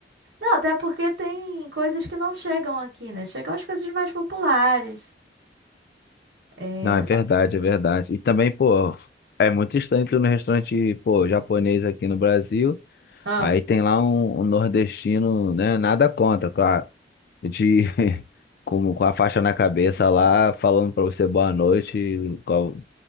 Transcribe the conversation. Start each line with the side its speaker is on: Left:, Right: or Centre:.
Right: Não, até porque tem coisas que não chegam aqui, né? Chegam as coisas mais populares. É...
Left: Não, é verdade, é verdade. E também, pô, é muito estranho tu ir no restaurante, pô, japonês aqui no Brasil,
Right: ah,
Left: aí tem lá um, um nordestino, né, nada contra, claro, de, <laughs> com, com a faixa na cabeça lá, falando pra você boa noite, qual-